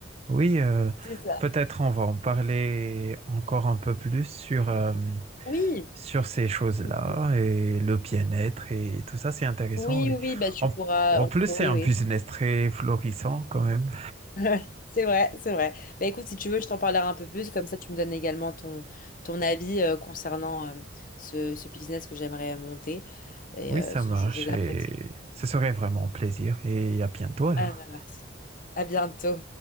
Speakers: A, on the right (about 30°); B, on the left (about 45°).
A: oui, euh,
B: c'est ça.
A: peut-être on va en parler encore un peu plus sur, euh,
B: Oui.
A: sur ces choses-là
B: Oui,
A: et le bien-être et tout ça, c'est intéressant,
B: oui,
A: oui.
B: oui, bah tu
A: En,
B: pourras.
A: en plus, c'est
B: on oui,
A: un
B: oui,
A: business très florissant quand même.
B: Ouais, C'est vrai, c'est vrai. Bah écoute, si tu veux, je t'en parlerai un peu plus, comme ça tu me donnes également ton, ton avis euh, concernant euh, ce, ce business que j'aimerais monter. Et
A: Oui,
B: euh,
A: ça
B: ce-
A: marche
B: je, je l'apprécie.
A: et ce serait vraiment un plaisir et à bientôt alors.
B: Ah, bah, merci. À bientôt.